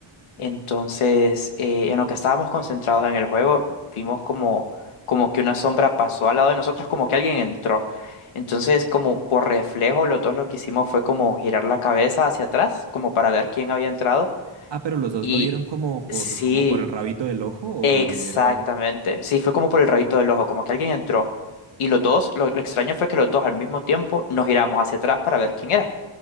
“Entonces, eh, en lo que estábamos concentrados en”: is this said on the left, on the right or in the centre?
Left